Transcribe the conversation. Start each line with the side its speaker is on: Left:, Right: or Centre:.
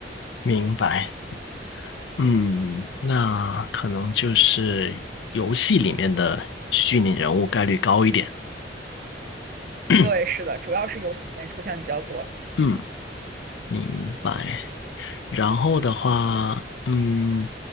Left: 明白。嗯，那可能就是游戏里面的虚拟人物概率高一点。<clears throat>
Right: 对，是的，主要是游戏里面出现的比较多。
Left: 嗯，明白。然后的话，嗯，